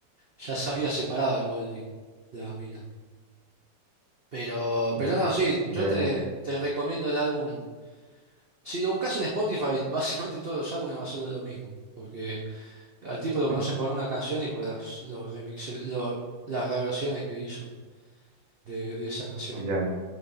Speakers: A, on the right; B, on the right.
A: ya se había separado de Goldie, de la mina. Pero,
B: Ya,
A: pero no, sí,
B: ya,
A: yo te,
B: ya.
A: te recomiendo el álbum. Si lo buscas en Spotify, <laughs> básicamente todos los álbumes van a ser lo mismo, porque al tipo lo
B: ¿eh?
A: conocen por una canción y por las, los remixes, lo- las reversiones que hizo de, de esa canción.
B: Ya,